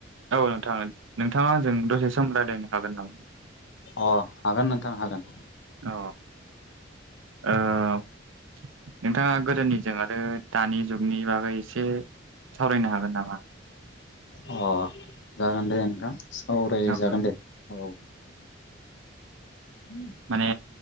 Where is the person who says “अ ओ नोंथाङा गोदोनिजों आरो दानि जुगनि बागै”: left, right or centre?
Right